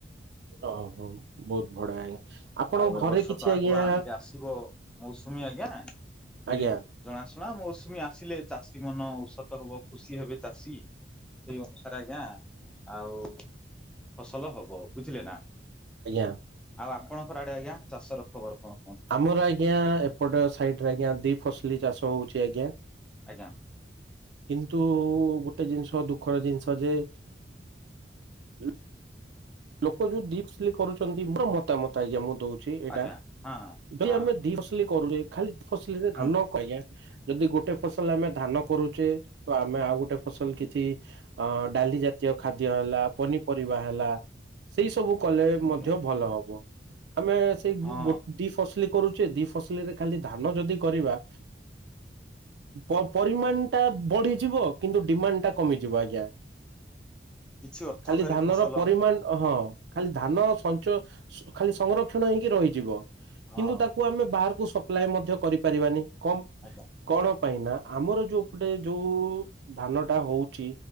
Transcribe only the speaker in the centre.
ଆଉ ଏ
ବର୍ଷ
ତ ଆଗୁଆ
ଟିକେ ଆସିବ ମୌସୁମୀ ଆଜ୍ଞା ବୋଲି
ଜଣାସୁ। ମୌସୁମୀ ଆସିଲେ ଚାଷୀ ମନ ଉଷତ ହବ ଖୁସି ହେବେ ଚାଷୀ। ସେଇ <inaudible> ଆଜ୍ଞା। ଆଉ ଫସଲ ହବ ବୁଝିଲେ ନାଁ?
ଆଉ ଆମେ ପଣଙ୍କ ଆଡ଼େ ଆଗିଆଁ ଚାଷର ଖବର କଣ କୁହନ୍ତୁ?
ଆଜ୍ଞା
ଆଜ୍ଞା ହଁ
ହଁ
ହୁଁ
ଆଜ୍ଞା
ହଁ
କିଛି ଅର୍ଥକାରୀ
ଫସଲ
ହଁ
ଆଜ୍ଞା